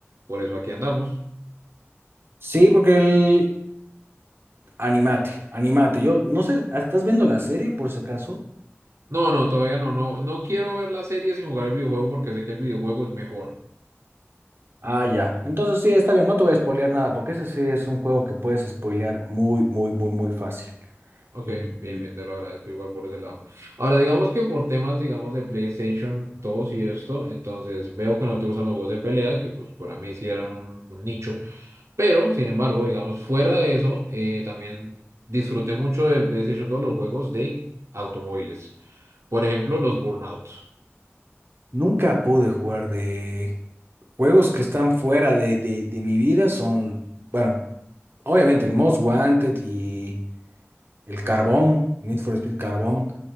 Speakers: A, on the right; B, on the right.
A: por eso aquí andamos.
B: Sí, porque el... Animate, animate. Yo no sé, ¿estás viendo la serie por si acaso?
A: No, no, todavía no, no, no quiero ver las series y jugar el videojuego porque sé que el videojuego es mejor.
B: Ah, ya. Entonces sí, está bien, no te voy a spoilear nada, porque ese sí es un juego que puedes spoilear muy, muy, muy, muy fácil.
A: Ok,
B: Y,
A: bien,
B: y
A: bien, te lo agradezco igual por ese lado. Ahora, digamos que por temas, digamos, de PlayStation dos y esto, entonces veo que no te gustan los juegos de pelea, que pues para mí sí eran un, un nicho. Pero, sin embargo, digamos, fuera de eso, eh, también disfruté mucho del PlayStation 2 los juegos de automóviles. Por ejemplo, los Burnout.
B: nunca pude jugar de juegos que están fuera de, de, de mi vida, son, bueno, obviamente el Most Wanted y el Carbón, Need for Speed Carbón,